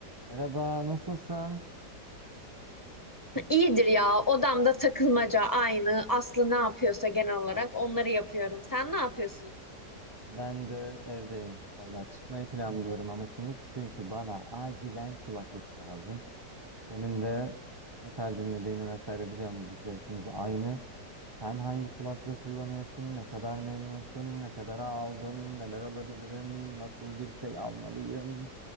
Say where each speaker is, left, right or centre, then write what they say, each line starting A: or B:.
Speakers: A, on the right; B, on the left.
A: Merhaba, nasılsın?
B: İyidir ya. Odamda takılmaca aynı. Aslı ne yapıyorsa genel olarak onları yapıyorum. Sen ne yapıyorsun?
A: Ben de evdeyim. Valla çıkmayı planlıyorum ama şimdi çünkü bana acilen kulaklık lazım. Senin de metal dinlediğini vesaire biliyorum müzik zevkimiz aynı. Sen hangi kulaklığı kullanıyorsun? Ne kadar memnunsun? Ne kadara aldın? Neler alabilirim? Nasıl bir şey almalıyım?